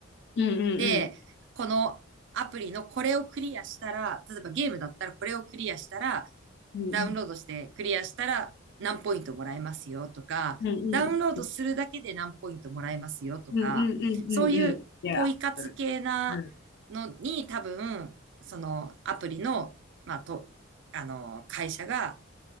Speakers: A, on the left (about 55°); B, on the right (about 60°).
A: うんうん。
B: で、このアプリのこれをクリアしたら、例えばゲームだったらこれをクリアしたら、
A: うん
B: ダウンロードしてクリアしたら何ポイントもらえますよとか、
A: うんうん
B: ダウンロードするだけで何ポイントもらえますよとか、
A: うんうんうんうんう
B: そういうポイ活系なのに多分、
A: んうん。いや、うん
B: そのアプリの、まあ、と、あの、会社が、